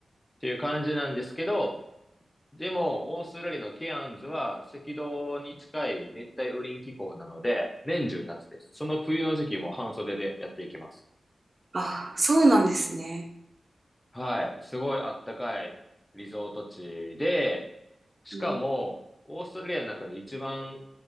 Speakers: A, on the left; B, on the right.
A: っていう感じなんですけど、でも、オーストラリアのケアンズは赤道に近い熱帯雨林気候なので、年中夏です。その冬の時期も半袖でやっていきます。
B: ああ、そうなんですね。
A: はい。すごいあったかいリゾート地で、しかも、
B: うん
A: オーストラリアの中で一番